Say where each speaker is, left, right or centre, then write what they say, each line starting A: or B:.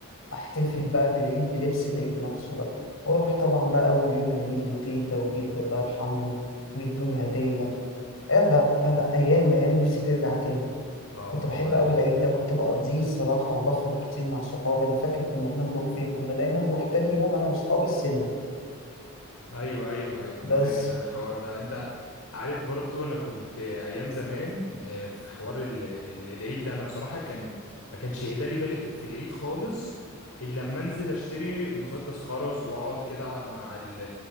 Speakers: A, on the left; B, on the left.
A: وأحتفل بقى بالعيد بلبس العيد نفسه بقى وأروح طبعا بقى أول يوم العيد لتيتا وجدو الله يرحمهم ويدوني هدية لا لا أيام أيام نفسي ترجع تاني
B: اه
A: كنت
B: والله
A: بحب أوي العيد ده كنت بقضيه الصراحة وبخرج كتير مع صحابي أنا فاكر كنا بنخرج فين كنا دايما نروح تاني يوم أنا وصحابي السينما
B: ايوه ايوه ايوه انا
A: بس
B: فاكر انا الحوار ده انت عارف برضو انا كنت ايام زمان آه، في حوار ال- ال- العيد ده انا بصراحه كان ما كانش يهدالي بالي في العيد خالص الا لما انزل اشتري مسدس خرز واقعد كده اقعد مع ال